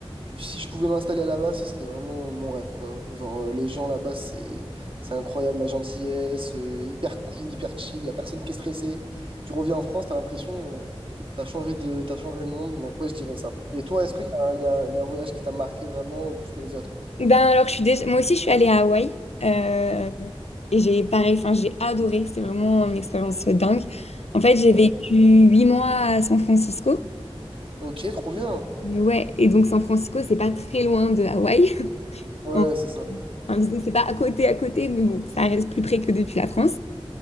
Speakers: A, on the right; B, on the left.
A: Si je pouvais m'installer là-bas, ce serait vraiment mon rêve, quoi. Genre, euh, les gens là-bas, c'est c'est incroyable, la gentillesse, euh, hyper cool, hyper chill, y a personne qui est stressé. Tu reviens en France, t'as l'impression, euh, t'as changé de, t'as changé de monde, donc ouais, je dirais ça. Et toi, est-ce qu'il y a, un- il y a un il y a un voyage qui t'a marqué vraiment euh, plus que les autres?
B: Ben alors, je suis déjà... moi aussi, je suis allée à Hawaï. euh, et j'ai pareil, enfin, j'ai adoré. C'était vraiment une expérience dingue. En fait, j'ai
A: Ouais.
B: vécu huit mois à San Francisco.
A: Ok, trop bien.
B: Et Ouais, et donc San Francisco, c'est pas très loin de Hawaï.
A: Ouais,
B: <laughs>
A: c'est ça.
B: Enfin, disons, que c'est pas à côté, à côté, mais bon, ça reste plus près que depuis la France.